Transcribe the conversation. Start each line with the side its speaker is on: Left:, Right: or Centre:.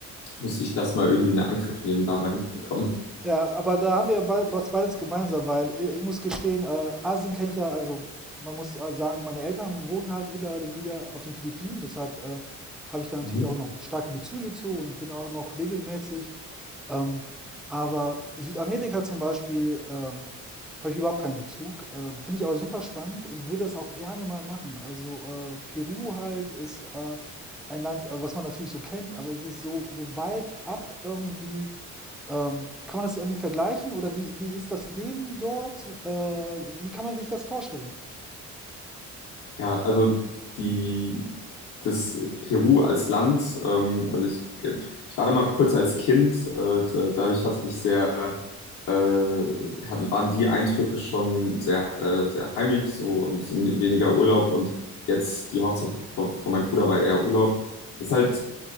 Left: muss ich das mal irgendwie in Angriff nehmen, da mal hinzukommen.
Centre: Ja, aber da haben wir be- was beides gemeinsam, weil äh, ich muss gestehen, äh, Asien kenne ich ja, also man muss äh, sagen, meine Eltern wohnen halt mittlerweile wieder auf den Philippinen, deshalb äh, habe ich da natürlich
Left: Mhm.
Centre: auch noch starke Bezüge zu und bin auch noch regelmäßig. Ähm, aber Südamerika zum Beispiel ähm, habe ich überhaupt keinen Bezug, ähm, finde ich aber super spannend und würde das auch gerne mal machen. Also äh, Peru halt ist äh, ein Land, äh, was man natürlich so kennt, aber es ist so, so weit ab irgendwie ähm, kann man das irgendwie vergleichen oder wie, wie ist das Leben dort? Äh, wie kann man sich das vorstellen?
Left: Ja, also die, das Peru als Land, ähm, also ich, ich war da mal kurz als Kind, äh, da, dadurch hatte ich sehr, äh, hatten, waren die Eindrücke schon sehr, äh, sehr heimisch so und sind weniger Urlaub und jetzt die Hochzeit von von meinem Bruder war eher Urlaub. Ist halt